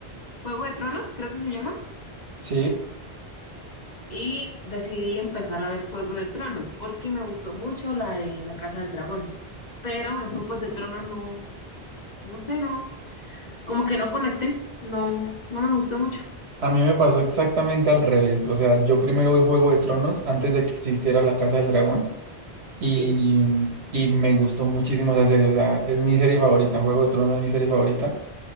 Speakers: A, on the left; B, on the right.
A: Juego de Tronos, creo que se llama.
B: Sí,
A: Y decidí empezar a ver Juego de Tronos, porque me gustó mucho la de La Casa del Dragón. Pero en Juegos de Tronos no, no sé, no, como que no conecté, no, no me gustó mucho.
B: a mí me pasó exactamente al revés. O sea, yo primero vi Juego de Tronos antes de que existiera La Casa del Dragón y,
A: Sí,
B: y me gustó muchísimo esa serie. O sea, es mi serie favorita. Juego de Tronos es mi serie favorita.